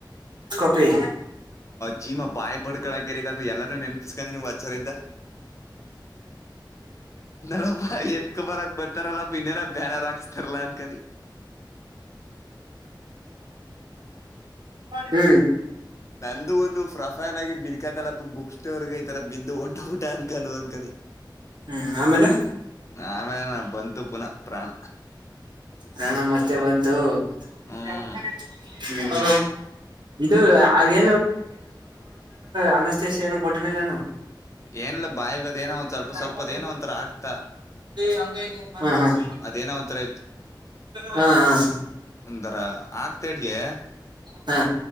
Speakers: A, on the right; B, on the left.
A: ಫೆ
B: ಜೀವ ಬಾಯಲ್ಲಿ ಬಂದಿತ್ತು ಎಲ್ಲಾ ನೆನ್ಸ್ಕೊಂಡ್ತಾ ಇದ್ದೆ ಸತ್ತೋಗ್ಬಿಟ್ಟ ಅನ್ಕೊಂಡಿದ್ದೆ ನಾಳೆ ಬ್ಯಾನರ್ ಆತರ ಅನ್ಕೊಂಡಿದ್ದೆ
A: <unintelligible> ಹು
B: ನಂದು ಒಂದು ಪ್ರೊಫೈಲ್ ಅಲ್ಲಿ ಬುಕ್ಸ್ ಇದೆ ಬಿದ್ದು ಹೊಂಟೋದೆ ಅನ್ಕೊಂಡೆ
A: ಹ್ಮ್ ಆಮೇಲೆ
B: ಆಮೇಲೆ ಬಂತು ಜೀವ ಪ್ರಾಣ
A: ಹಾ ಮತ್ತೆ ಬಂತು
B: ಹ್ಮ್
A: <unintelligible> ಇದು ಹಾಗೆ <inaudible> ಅನಸ್ತೇಷ ಏನು ಕೊಟ್ಟಿರಲಿಲ್ಲ
B: ಏನು ಇಲ್ಲ ಬಾಯಲ್ಲಿ ಅದು ಏನೋ ಒಂದು ಸ್ವಲ್ಪ ಸ್ವಲ್ಪ
A: <unintelligible>
B: ಅದೇನೋ ಒಂಥರ ಆಗ್ತಾ
A: ಹಂಗೆ ಹಿಂಗೆ ಹ್ಮ್ ಹ್ಮ್
B: ಅದೇನೋ ಒಂಥರ
A: ಹ್ಮ ಹಾ
B: ಒಂದರ ಆಗ್ತಾಇದೆಹೆ
A: ಹಾ ಹಾ